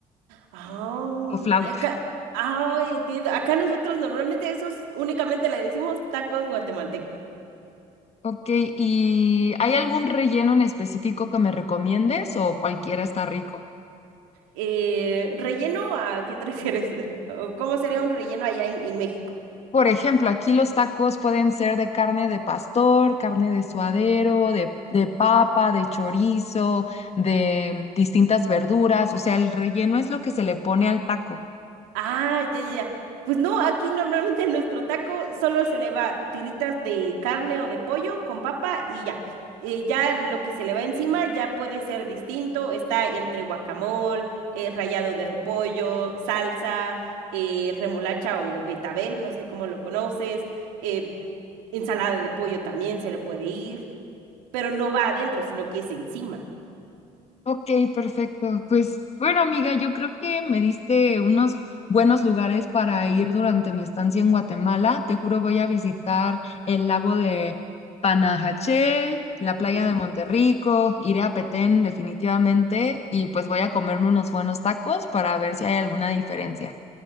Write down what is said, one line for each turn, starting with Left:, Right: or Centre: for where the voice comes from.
Right: Ah,
Left: o flauta.
Right: acá, ay, entiendo. Acá nosotros normalmente esos únicamente le decimos tacos guatemaltecos.
Left: Ok, ¿y hay algún relleno en específico que me recomiendes o cualquiera está rico?
Right: Eh, ¿relleno a qué te refieres? <laughs> ¿O cómo sería un relleno allá en en México?
Left: Por ejemplo, aquí los tacos pueden ser de carne de pastor, carne de suadero, de, de papa, de chorizo, de mm, distintas verduras. O sea, el relleno es lo que se le pone al taco.
Right: Ah, ya, ya, ya. Pues no, aquí normalmente nuestro taco solo se le va tiritas de carne o de pollo con papa y ya. Eh, ya lo que se le va encima ya puede ser distinto. Está entre guacamole, eh, rallado de repollo, salsa, eh, remolacha o betabel, no sé cómo lo conoces. eh, ensalada de pollo también se le puede ir, pero no va adentro, sino que es encima.
Left: Ok, perfecto. Pues bueno, amiga, yo creo que me diste unos buenos lugares para ir durante mi estancia en Guatemala. Te juro, voy a visitar el lago de Panajachel, la playa
Right: Ujú.
Left: de Monterrico, iré a Petén definitivamente y pues voy a comerme unos buenos tacos para ver si hay alguna diferencia.